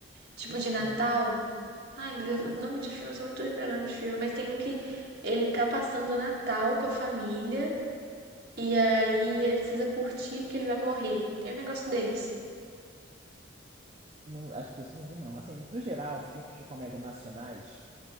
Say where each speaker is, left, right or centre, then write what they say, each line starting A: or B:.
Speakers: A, on the right; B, on the right.
A: Tipo
B: Costumo.
A: de Natal. Ai, meu Deus, o nome de filme, eu sou muito ruim pra nome de filme, mas tem um que ele tá passando o Natal com a família. E aí ele precisa curtir porque ele vai morrer. Tem um negócio desse.
B: Não, acho que isso não vi, não. Assim, no geral, filmes de comédia nacionais.